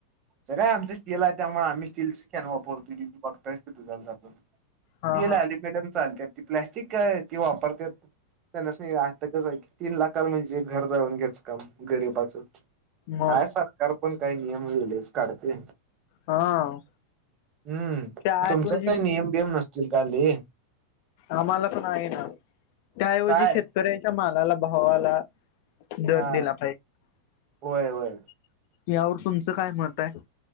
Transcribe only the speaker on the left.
हा
हा
मग
हा.
त्याऐवजी
आम्हाला पण आहे ना त्याऐवजी
शेत- तर याच्या मालाला भावा आला दर
दिला पाहिजे.
यावर तुमचं काय मत आहे?